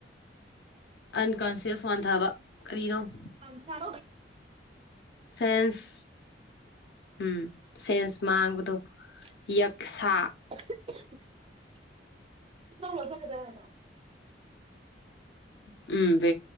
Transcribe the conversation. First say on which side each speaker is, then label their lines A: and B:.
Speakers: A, on the left; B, on the right.
A: ꯑꯟꯀꯟꯁꯤꯌꯁ ꯋꯥꯟꯊꯕ ꯀꯔꯤꯅꯣ
B: <unintelligible> ꯍꯪꯁꯥ
A: ꯁꯦꯟꯁ ꯎꯝ ꯁꯦꯟꯁ ꯃꯥꯡꯕꯗꯣ
B: <unintelligible>
A: ꯌꯛꯁꯥ
B: <unintelligible>
A: ꯎꯝ